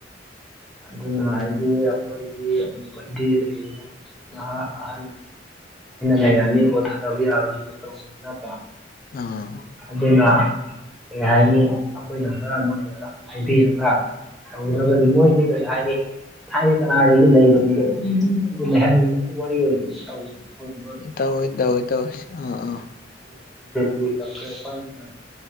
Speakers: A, in the centre; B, on the left.
A: ꯑꯗꯨꯅ ꯍꯥꯏꯗꯤ ꯑꯈꯣꯏꯗꯤ ꯑꯃꯨꯛꯀꯗꯤ ꯂꯩꯔꯦ ꯅꯍꯥ ꯑꯍꯟ ꯂꯩꯔꯅꯤ ꯕꯣꯠ ꯊꯥꯗꯕ ꯌꯥꯕꯒꯤ ꯃꯥꯇꯧ ꯅꯠꯇ꯭ꯔꯥ
B: ꯑꯥ
A: ꯑꯗꯨꯅ ꯀꯩ ꯍꯥꯏꯅꯤ ꯑꯈꯣꯏꯅ ꯈꯔ ꯃꯣꯏꯅ ꯈꯔ ꯍꯥꯏꯕꯤꯔꯒ ꯇꯧꯗ꯭ꯔꯒꯗꯤ ꯃꯣꯏꯗꯤ ꯀꯩ ꯍꯥꯏꯅꯤ ꯊꯥꯏꯅꯩ ꯀꯅꯥꯗꯒꯤ ꯂꯩꯕꯥꯃꯤꯗ ꯑꯗꯨꯝ ꯂꯩꯍꯟꯅꯤꯡꯕꯒꯤ ꯋꯥꯔꯤ ꯑꯣꯏꯅ ꯑꯗꯨꯝ
B: ꯇꯧꯋꯤ ꯇꯧꯋꯤ ꯇꯧꯋꯤ ꯑꯥ ꯑꯥ
A: ꯇꯧꯋꯤ